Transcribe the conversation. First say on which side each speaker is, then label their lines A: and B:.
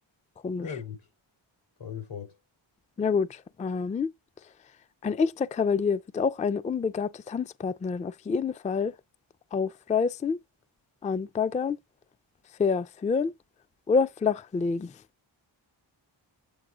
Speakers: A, on the left (about 15°); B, on the left (about 85°).
A: komisch.
B: Na ja, gut, fahren wir fort.
A: Na gut. Ähm, ein echter Kavalier wird auch eine unbegabte Tanzpartnerin auf jeden Fall aufreißen, anbaggern, verführen oder flachlegen.